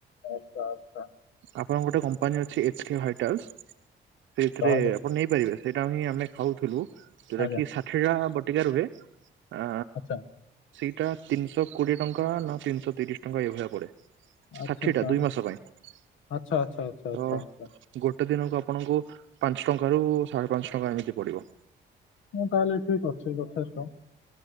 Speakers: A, on the left (about 75°); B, on the right (about 70°).
A: <inaudible>
B: ଆପଣଙ୍କ ଗୋଟେ କମ୍ପାନୀ ଅଛି, ଏଚ କେ ହାଇଟାଲସ ସେଇଥିରେ
A: ତାହେଲେ
B: ଆପଣ ନେଇପାରିବେ। ସେଇଟା ହିଁ ଆମେ ଖାଉଥିଲୁ, ଯୋଉଟା
A: ଆଜ୍ଞା
B: କିି ଷାଠିଏ ଟା ବଟିକା ରୁହେ। ଆ
A: ଆଛା,
B: ସେଇଟା ତିନି ଶହ କୋଡିଏ ଟଙ୍କା ନା ତିନି ଶହ ତିରିଶ ଟଙ୍କା ଏଇ ଭଳିଆ ପଡେ। ଷାଠିଏ
A: ଆଚ୍ଛା
B: ଟା
A: ତାହେଲେ
B: ଦୁଇ ମାସ ପାଇଁ ତ
A: ଆଚ୍ଛା ଆଚ୍ଛା ଆଚ୍ଛା ଆଚ୍ଛା
B: ଗୋ
A: ଆଚ୍ଛା
B: ଗୋଟେ ଦିନକୁ ଆପଣଙ୍କୁ ପାଞ୍ଚ ଟଙ୍କାରୁ ସାଢ଼େ ପାଞ୍ଚ ଟଙ୍କା ଏମିତି ପଡିବ।
A: ମୁଁ ତାହେଲେ ଠିକ ଅଛି। ଯଥେଷ୍ଟ।